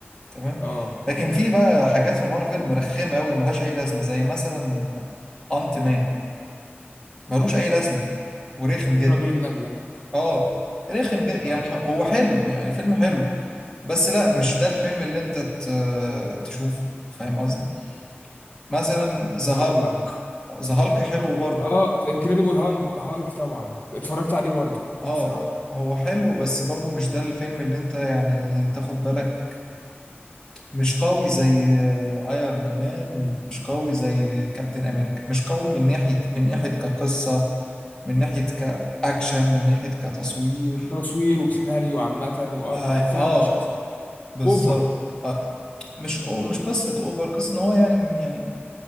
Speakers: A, on the left (about 15°); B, on the left (about 40°).
A: تمام
B: اه
A: لكن في بقى حاجات في مارفل مرخمة قوي ملهاش اي لازمة زي مثلا انت مان ملوش اي لازمة ورخم جدا
B: رجل النملة
A: اه رخم جدا يعني
B: اه
A: هو حلو يعني الفيلم حلو بس لا مش ده الفيلم اللي انت ت- تشوفه فاهم قصدي مثلا ذا
B: اه
A: هالك
B: فاهم
A: ذا هالك حلو برضو
B: اه انكريدبل هانك هالك طبعا اتفرجت عليه برضه
A: اه
B: بصراحه
A: هو حلو بس برضو مش ده الفيلم اللي انت يعني تاخد بالك مش قوي زي آه، ايرون مان ومش قوي زي كابتن امريكا مش قوي من ناحية من ناحية كقصة من ناحية كأكشن من ناحية كتصوير
B: تصوير وسيناريو عامه وآه،
A: اه,
B: ما هو
A: آه
B: فعلا مش احسن حاجة.
A: بالظبط
B: اوفر
A: آه مش أو مش قصة اوفر قصة ان هو يعني يعني